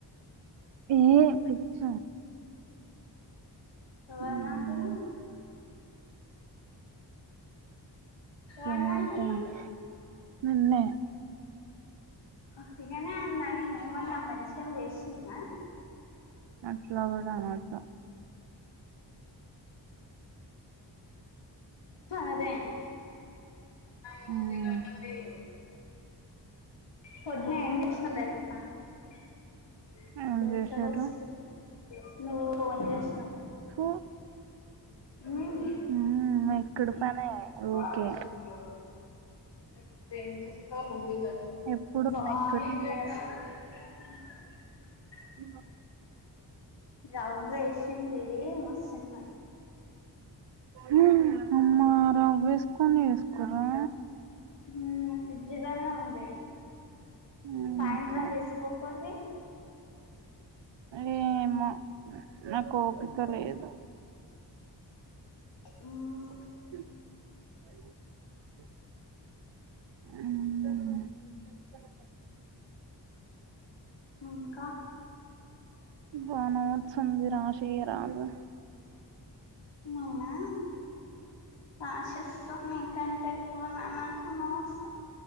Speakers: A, on the right; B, on the left.
A: ఏ పిచ్చ
B: నువ్వెమంటున్నావ్
A: ఉమ్ <unintelligible>
B: ఎవరిని అంటున్నావ్
A: నిన్నే
B: ఒత్తిగానే అన్నా నేనేమన్న మెన్షన్ చేసింన్నా
A: అట్లా కూడా అనర్థం
B: అదే ఏమో
A: మ్మ్
B: తినండి <unintelligible> పొద్దున్నే ఏం చేస్ <unintelligible> <unintelligible> <unintelligible>
A: ఏం చేసిర్రు
B: నువ్వు ఫోన్ చేసినపుడే
A: థూ
B: మ్
A: మ్మ్ మెక్కుడు పనే ఊకే
B: <unintelligible> <unintelligible>
A: ఎప్పుడు మెక్కుడే ఉమ్
B: రవ్య ఏసిందే మస్త్ సన్న
A: హ్ అమ్మ రవ్య ఏసుకొని ఏసుకున్నర్రా
B: హ <unintelligible> ఉంది <unintelligible>
A: మ్మ్
B: సాయంత్రం
A: థూ
B: చేసుకోకపొతే
A: ఏమో నాకు ఓపిక లేదు
B: ఊ... మ్
A: మ్...
B: ఇంకా
A: అబ్బా నోడ్స్ ఉంది రాసేయ రాదు
B: నేనా ప్రాసశస్తం మీకంటే ఎక్కువ నాకు నోడ్స్